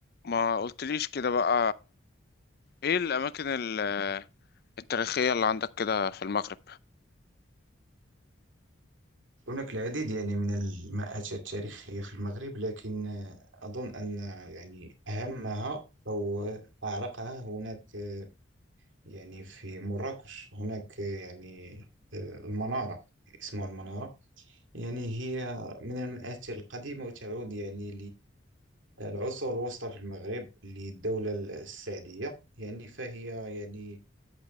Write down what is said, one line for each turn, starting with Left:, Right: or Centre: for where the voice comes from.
Left: ما قلتليش كده بقى ايه الاماكن ال- التاريخية اللي عندك كده في المغرب
Right: هناك العديد يعني من المآتش التاريخية في المغرب لكن آه، أظن أن يعني أهمها أو أعرقها هناك آه، يعني في مراكش هناك آه، يعني آه، المنارة اسمها المنارة يعني هي من المآتش القديمة وتعود يعني للعصور الوسطى في المغرب للدولة السعدية يعني فهي يعني